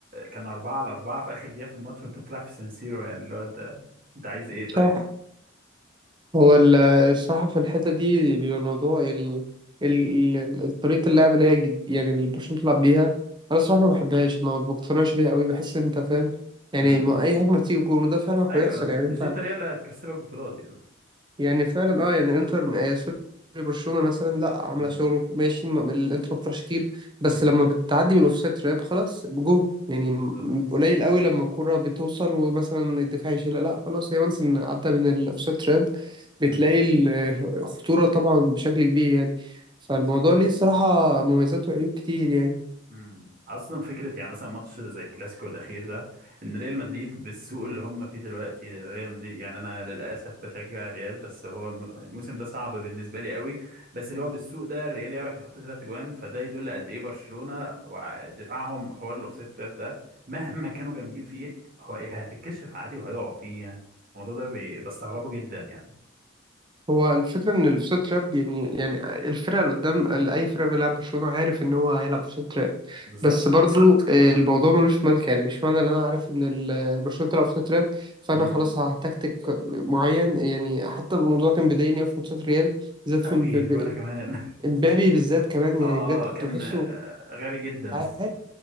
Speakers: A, on the right; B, on the right.
A: كان 4 على 4 في اخر دقيقه في الماتش وانت بتلعب في سانسيرو يعني اللي هو انت انت عايز ايه طيب
B: <laughs> هو ال- الصراحة في الحتة دي بيبقى الموضوع يعني ال- ال- طريقة اللعب اللي هي الجد- يعني اللي برشلونة بتلعب بيها أنا الصراحة ما بحبهاش ما بقتنعش بيها قوي بحس إن أنت فاهم يعني
A: امم
B: ما أي هجمة تيجي جول وده فعلا
A: ايوه
B: هيحصل يعني
A: مش
B: أنت
A: دي الطريقه اللي هتكسبك بطولات يعني
B: يعني فعلا اه يعني انتر آه سوري برشلونة مثلا لا عاملة
A: امم
B: شغل ماشي ما- الانتر ما بتروحش كتير بس
A: امم
B: لما بتعدي من الاوفسايد تراب خلاص بجول يعني
A: بالظبط
B: م- قليل قوي لما الكرة بتوصل ومثلا الدفاع يشيلها لا خلاص هي وانس ان عدى من الاوفسايد تراب
A: امم
B: بتلاقي الخطورة طبعا بشكل كبير يعني فالموضوع
A: بالظبط
B: ليه صراحة مميزات وعيوب كتير يعني
A: مم. اصلا فكره يعني مثلا ماتش زي الكلاسيكو الاخير ده ان ريال مدريد بالسوق اللي هم فيه دلوقتي ريال مدريد يعني انا للاسف بشجع الريال بس هو الم- الموسم ده صعب بالنسبه لي قوي بس اللي هو بالسوق ده الريال يعرف يحط ثلاث اجوان فده يدل قد ايه برشلونه ودفاعهم حوار الاوفسايد تراب ده مهما كانوا جامدين فيه هو إيه هتتكشف عادي وهيقعوا فيه يعني الموضوع ده بي- بستغربه جدا يعني
B: هو الفكرة إن الأوفسايد تراب يعني يعني الفرقة اللي قدام اللي أي فرقة بيلعب برشلونة عارف إن هو هيلعب أوفسايد تراب
A: بالظبط
B: بس برضو آه، الموضوع ملوش ملك يعني مش معنى إن أنا عارف إن ال- برشلونة بتلعب أوفسايد تراب فأنا
A: امم
B: خلاص هتكتك معين يعني حتى الموضوع كان بيضايقني أوي في ماتشات ريال بالذات
A: قوي
B: في إمبابي
A: وانا كمان <laughs>
B: إمبابي بالذات كمان
A: اه
B: يعني بجد كنت
A: اه كان
B: بحسه
A: آه، غبي جدا
B: أنت عارف